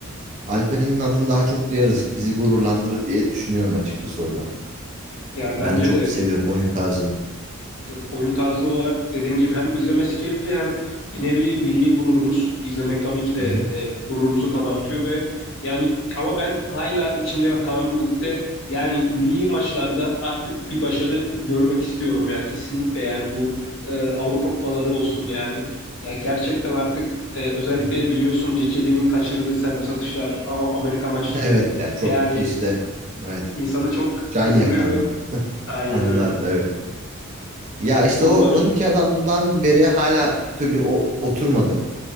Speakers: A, on the right; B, on the left.
A: Alperen'in adını daha çok duyarız. Bizi gururlandırır diye düşünüyorum açıkçası orada.
B: Ya bence
A: Ben de çok
B: de
A: seviyorum oyun tarzını.
B: Evet, Oyun tarzı olarak dediğin gibi hem izlemesi keyifli hem bir nevi milli gururumuz izlemek tabii ki de
A: Hı hı.
B: e, gururumuzu kabartıyor ve yani ama ben hala içimde kalan bir ukde yani milli maçlarda artık bir başarı görmek istiyorum ya kesinlikle yani bu e, Avrupa kupaları olsun yani ya gerçekten artık e, özellikle
A: Evet.
B: biliyorsun Cicedi'nin kaçırdığı serbest atışlar A- Amerika maçları
A: <laughs> Evet ya çok
B: yani
A: işte evet
B: insanı çok
A: can
B: kızdırıyor
A: yakandı
B: aynen
A: anılarda
B: öyle
A: evet. Ya işte
B: o konular.
A: o 12 adamdan beri hala bir türlü o, oturmadı.